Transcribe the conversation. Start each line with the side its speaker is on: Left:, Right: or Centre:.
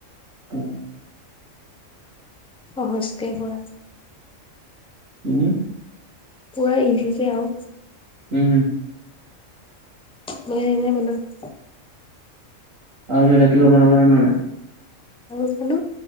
Right: উম।
Centre: অচ্ত প <inaudible>
Right: উম।
Centre: পুৰা ইজি যে আৰু।
Right: উম।
Centre: মে মে বনত <inaudible>
Right: আৰু বেলেগ কিবা বনাব জানা নাই?
Centre: জানো- জানো